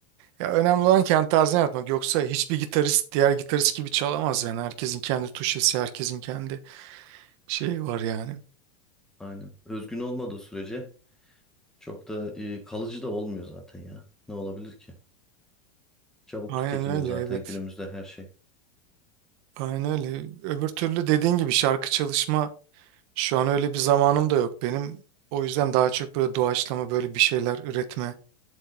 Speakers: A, on the right; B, in the centre.
A: Ya önemli olan kendi tarzını yapmak. Yoksa hiçbir gitarist diğer gitarist gibi çalamaz yani. Herkesin kendi tuşesi, herkesin kendi şeyi var yani.
B: Aynen. Özgün olmadığı sürece çok da e, kalıcı da olmuyor zaten ya. Ne olabilir ki? Çabuk
A: Aynen
B: tüketiliyor
A: öyle
B: zaten
A: evet.
B: günümüzde her şey.
A: Aynen öyle. Öbür türlü dediğin gibi şarkı çalışma şu an öyle bir zamanım da yok benim. O yüzden daha çok böyle doğaçlama böyle bir şeyler üretme.